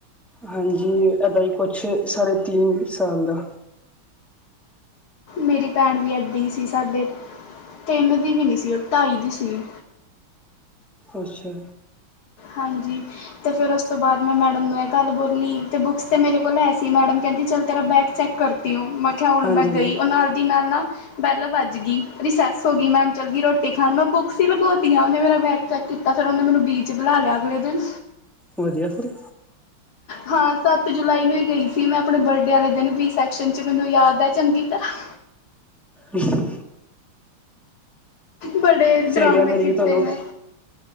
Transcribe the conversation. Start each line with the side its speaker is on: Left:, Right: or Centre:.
Centre: ਹਾਂਜੀ, ਏਦਾਂ ਕੁਛ ਸਾਡੇ ਤਿੰਨ ਸਾਲ ਦਾ।
Left: ਮੇਰੀ ਭੈਣ ਵੀ ਐਡੀ ਸੀ। ਸਾਡੇ ਤਿੰਨ ਦੀ ਵੀ ਨਹੀਂ ਸੀ ਉਹ ਢਾਈ ਦੀ ਸੀ।
Centre: ਅੱਛਾ।
Left: ਹਾਂਜੀ। ਅਤੇ ਫਿਰ ਉਸ ਤੋਂ ਬਾਅਦ ਮੈਂ ਮੈਡਮ ਨੂੰ ਇਹ ਗੱਲ ਬੋਲੀ ਅਤੇ ਬੁੱਕਸ ਤਾਂ ਮੇਰੇ ਕੋਲ ਹੈ ਸੀ। ਮੈਡਮ ਕਹਿੰਦੀ ਚੱਲ ਤੇਰਾ ਬੈਗ ਚੈੱਕ ਕਰ ਤਂ ਮੈਂ ਕਿਹਾ, ਹੁਣ
Centre: ਹਾਂਜੀ
Left: ਮੈਂ
Centre: ਹਾਂਜੀ
Left: ਗਈ। ਉਹ ਨਾਲ ਦੀ ਨਾਲ ਨਾ ਬੇਲ ਵੱਜ ਗਈ। ਰਿਸੈਸ ਹੋ ਗਈ ਮੈਮ ਚੱਲ ਗਈ ਰੋਟੀ ਖਾਣ ਮੈਂ ਬੁੱਕਸ ਹੀ ਲਗਉਤੀ ਹਾਂ ਉਹਨੇ ਮੇਰਾ ਬੈਕ ਚੈੱਕ ਕੀਤਾ। ਫਿਰ ਉਹਨੇ ਬ ਬੁਲਾ ਲਿਆ ਅਗਲੇ ਦਿਨ।
Centre: ਵਧੀਆ ਫ਼ਿਰ।
Left: ਹਾਂ, ਸੱਤ ਜੁਲਾਈ ਨੂੰ ਹੀ ਗਈ ਸੀ ਮੈਂ ਆਪਣੇ ਬਰਥਦੇ ਵਾਲੇ ਦਿਨ ਵੀ ਸੈਕਸ਼ਨ 'ਚ ਮੈਨੂੰ ਯਾਦ ਹੈ ਚੰਗੀ ਤਰ੍ਹਾਂ।
Centre: ਹਮ।
Left: ਬੜੇ ਡਰਾਮੇ
Centre: ਸਹੇਲੀਆਂ ਮਿਲ
Left: ਕੀਤੇ
Centre: ਗਈ ਤੁਹਾਨੂੰ
Left: ਮੈ।